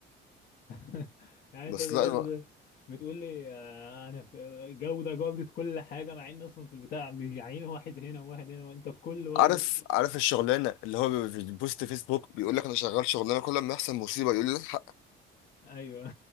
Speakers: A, on the left; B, on the left.
A: <laughs> يعني
B: بس
A: انت دلوقتي
B: لا أنا
A: بت- بتقول لي آه، انا في جوده جوده كل حاجه مع ان اصلا في البتاع بيعين واحد هنا وواحد هنا وانت في كل برضه
B: عارف عارف الشغلانه اللي هو بيبقى في البوست فيسبوك بيقول لك انا شغال شغلانه كل ما يحصل مصيبه يقول لي الحق
A: ايوه